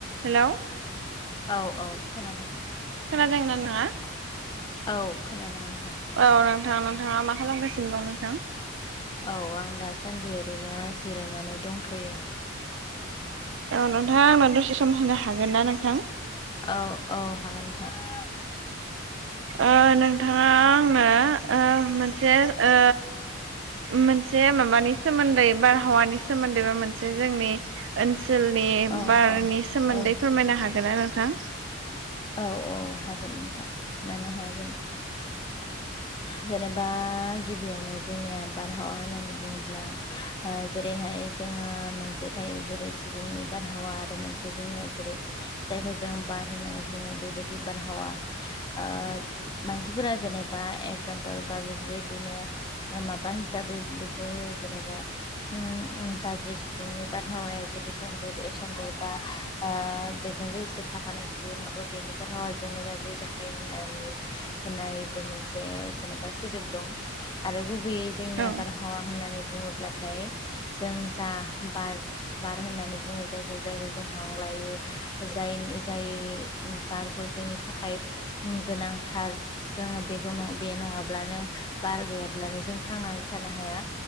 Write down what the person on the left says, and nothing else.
औ औ खोनादों
औ खोनादों नोंथां
औ आं दासान्दि ओरैनो जिरायनानै दंथ'यो
औ औ हागोन नोंथां
औ
औ
औ
औ औ हागोन नोंथां मानो हाया जानो जेनेबा गिबियावनो जोंनिया बारहावा होन्नानै बुङोब्ला ओ जेरैहाय जोङो मोनस से थायो जेरै सुबुंनि बारहावा आरो मोनसे जोंनियाव जेरै जायखौ जों बार होनानै बुङो बेबायदि बारहावा ओ मानसिफोरा जेनेबा एगजामपोल बा बेफोरबायदिनो ओ माबा बा हिसाबै बेखौ होयो जेनेबा
उम गाज्रि सुबुंनि बारहावाया जेरै सन्देरो सन्देरबा ओ बेजों लोगोसे थाफानाय सुबुङा बेनि बारहावाजोंनो गाज्रि जाफायो होननानै होननायबो मोनसे जेनेबा सोदोब दं। आरो गुबैयै जोंनिया
बारहावा होननानै बुंङोब्लाथाय जों जा बार बार होननानै बुंङो जायखौ जायखौ जों हां लायो जायनि जाय बारखौ जायनि थाखाय गोनांथार जोंङो बेखौ बे नंङाब्लानो बार गैयाब्लानो जों थांनानै थानो हाया।